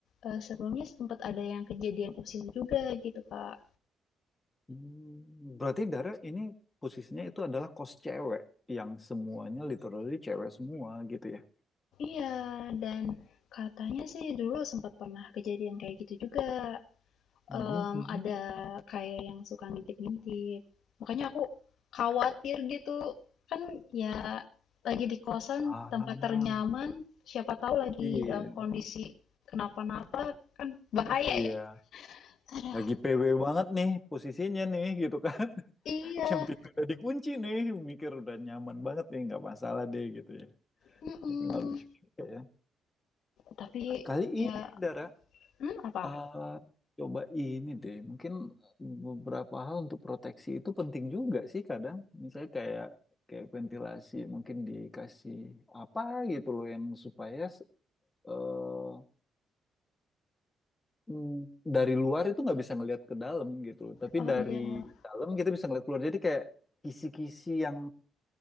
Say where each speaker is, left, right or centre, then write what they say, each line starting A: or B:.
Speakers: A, on the left; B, on the left.
A: eh, sebelumnya sempat ada yang kejadian usil juga gitu, Kak.
B: Hmm. Berarti Dara ini posisinya itu adalah kos cewek yang semuanya literally cewek semua gitu ya.
A: Iya, dan katanya sih dulu sempat pernah kejadian kayak gitu juga.
B: Mhm,
A: Mmm,
B: mhm.
A: ada kayak yang suka ngintip-ngintip. Makanya aku khawatir gitu, kan ya lagi di kosan,
B: Ah,
A: tempat ternyaman,
B: iya.
A: siapa tahu lagi
B: Iya.
A: dalam kondisi kenapa-napa, kan bahaya
B: Iya.
A: ya. Aduh,
B: Lagi PW banget nih posisinya nih gitu kan. <laughs>
A: iya,
B: Yang pintu udah dikunci nih, mikir udah nyaman banget nih, nggak masalah deh gitu ya.
A: mhm.
B: Tapi nggak lucu juga ya.
A: Tapi
B: Kali
A: ya
B: ini, Dara,
A: hmm apa?
B: eh, coba ini deh. Mungkin beberapa hal untuk proteksi itu penting juga sih kadang. Misalnya kayak kayak ventilasi, mungkin dikasih apa gitu loh yang supaya eh, mm, dari luar itu nggak bisa ngelihat ke dalam gitu loh. Tapi
A: Oh
B: dari
A: iya,
B: dalam kita bisa ngelihat keluar. Jadi kayak kisi-kisi yang